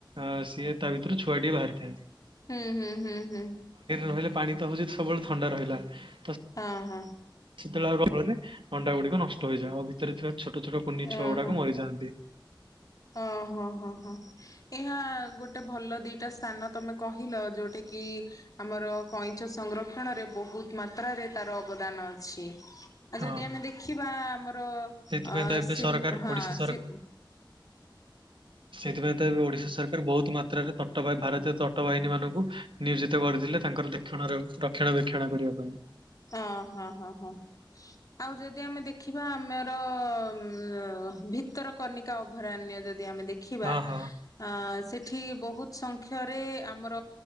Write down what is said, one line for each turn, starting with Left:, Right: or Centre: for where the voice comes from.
Right: ଆ ସିଏ ତା ଭିତରୁ ଛୁଆଟି ବି ବାହାରିଥାନ୍ତି।
Left: ହୁଁ ହୁଁ ହୁଁ ହୁଁ।
Right: ରହିଲେ ପାଣି ତ ହେଉଛି ସବୁବେଳେ ଥଣ୍ଡା ରହିଲା ତ
Left: ହଁ ହଁ।
Right: ସେତେବେଳେ <unintelligible> ଅଣ୍ଡା ଗୁଡିକ ନଷ୍ଟ ହେଇଯାଏ ଆଉ ଭିତରେ ଥିବା। ଛୋଟ ଛୋଟ କୁନି ଛୁଆ
Left: ଓହୋ
Right: ଗୁଡ଼ାକ ମରିଯାଆନ୍ତି।
Left: ଓହୋ ହଁ ହଁ ହୋ ଏହା ଗୋଟେ ଭଲ ଦିଟା ସ୍ଥାନ ତମେ କହିଲ ଯୋଉଁଟା କି ଆମର କଇଁଛ ସଂରକ୍ଷଣରେ ବହୁତ ମାତ୍ରାରେ ତାର ଅବଦାନ ଅଛି। ଆଉ
Right: ହଁ
Left: ଯଦି ଆମେ ଦେଖିବା ଆମର ଅ
Right: ସେଥିପାଇଁ ତ ଏବେ
Left: ସି
Right: ସରକାର
Left: ହଁ
Right: ଓଡିଶା
Left: ସି
Right: ସେଇଥିପାଇଁ ତ ଏବେ ଓଡିଶା ସରକାର ବହୁତ ମାତ୍ରାରେ ତଟ ଭାରତୀୟ ତଟ ବାହିନୀ ମାନଙ୍କୁ ନିୟୋଜିତ କରିଥିଲେ ତାଙ୍କର ଦେକ୍ଷଣ ରକ୍ଷଣ ବେକ୍ଷଣା କରିବା ପାଇଁ।
Left: ଅ ହଁ ହଁ ହଁ ଆଉ ଯଦି ଆମେ ଦେଖିବା ଆମର ଉ ଭିତରକନିକା ଅଭୟାରଣ୍ୟ ଯଦି ଯଦି ଆମେ ଦେଖିବା
Right: ହଁ ହଁ
Left: ଆଁ ସେଠି ବହୁତ୍ ସ କ୍ଷରେ ଆମର